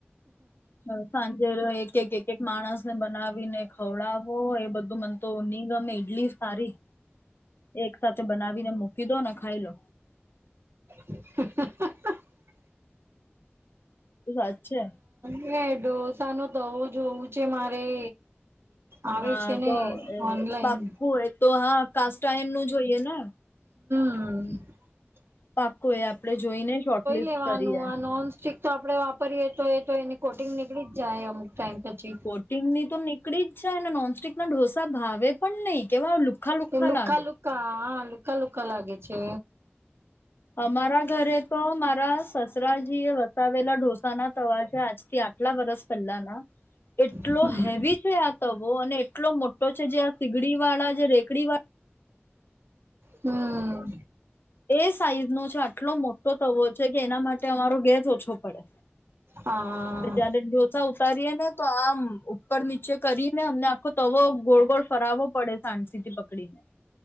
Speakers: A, on the left (about 60°); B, on the right (about 65°).
A: હવે સાંજે એ એક એક એક એક માણસને બનાવીને ખવડાવો હોય એ બધું મન તો ની ગમે એટલી સારી એક સાથે બનાવીને મૂકી દો ને ખાઈ લો.
B: હાહાહાહા.
A: તો સાચે
B: ને ઢોસા નું તવો જોવું છે, મારે. આવે
A: હા
B: છે ને
A: તો અહ
B: ઓનલાઈન
A: પાક્કું એ તો હા કાસ્ટાઈન નું જોઈએ ને.
B: હમ્મ.
A: પાકુ એ આપણે જોઈને શોર્ટલિસ્ટ
B: લેવાનું
A: કરીએ.
B: આ નોન સ્ટિક તો આપણે વાપરીએ તો એ તો એની કોટિંગ નીકળી જાય અમુક ટાઈમ. પછી
A: કોટિંગ ની તો નીકળી જાય ને નોન સ્ટીક ના ઢોસા ભાવે પણ નહી, કેવા લુખા
B: એ લુખા-લુખા,
A: લાગે
B: હા લુખા-લુખા લાગે. છે.
A: અમારા ઘરે તો મારા સસરાજી એ વસાવેલા ઢોસાના તવા છે આજથી આટલા વર્ષ પહેલાના. એટલો
B: હમ
A: હેવી છે આ તવો અને એટલો મોટો છે, જે આ સીગડી વાળા જે રે કડી વા
B: <inaudible> હમ્મ.
A: તવો એ સાઈઝ નો છે, આટલો મોટો તવો છે, કે એના માટે અમારો ગેસ ઓછો પડે.
B: હા
A: <unintelligible> ડોસા ઉતારીએે ને તો આમ ઉપર નીચે કરીને અમને આખો તવો ગોળ ગોળ ફરવો પડે સાણસી થી પકડીને.